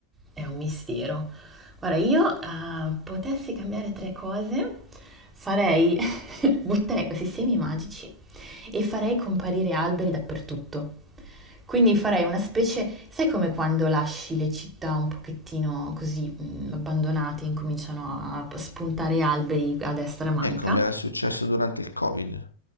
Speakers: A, on the right; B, on the left.
A: È un mistero. Guarda, io ah, potessi cambiare tre cose, farei, <laughs> butterei questi semi magici e farei comparire alberi dappertutto. Quindi farei una specie, sai come quando lasci le città un pochettino così mm, abbandonate e incominciano a spuntare alberi a destra e a manca?
B: E come era successo durante il Covid.